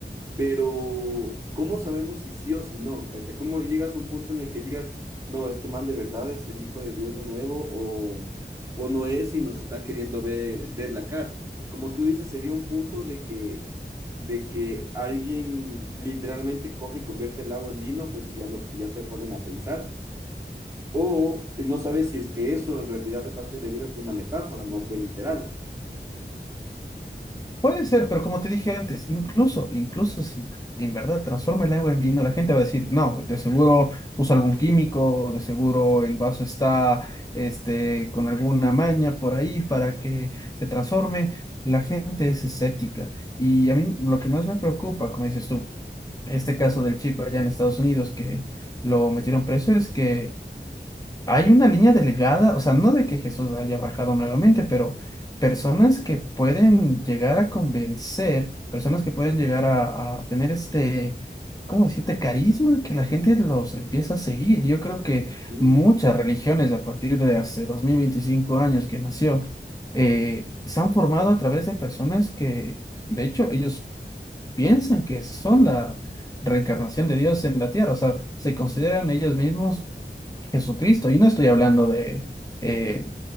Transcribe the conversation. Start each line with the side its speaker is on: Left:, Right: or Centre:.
Right: pero ¿cómo sabemos si sí o si no? ¿Cacha? ¿Cómo llegas a un punto en el que digas, no, este man de verdad es el hijo de Dios de nuevo o, o no es y nos está queriendo ver, ver la cara? Como tú dices, sería un punto de que, de que alguien literalmente coge y convierte el agua en vino, pues y ya, lo, ya te ponen a pensar. O eh, no sabes si es que eso en realidad de parte de la Biblia fue una metáfora, no fue literal.
Left: Puede ser, pero como te dije antes, incluso, incluso si en verdad transforma el agua en vino, la gente va a decir, no, de seguro puso algún químico, de seguro el vaso está este, con alguna maña por ahí para que se transforme. La gente es escéptica y a mí lo que más me preocupa, como dices tú, este caso del chico allá en Estados Unidos que lo metieron preso es que hay una línea delgada, o sea, no de que Jesús haya bajado nuevamente, pero personas que pueden llegar a convencer, personas que pueden llegar a, a tener este, ¿cómo decirte?, carisma, que la gente los empieza a seguir. Y Yo creo que
Right: Ujú.
Left: muchas religiones a partir de hace 2025 años que nació, eh, se han formado a través de personas que... De hecho, ellos piensan que son la reencarnación de Dios en la tierra, o sea, se consideran ellos mismos Jesucristo. Y no estoy hablando de eh,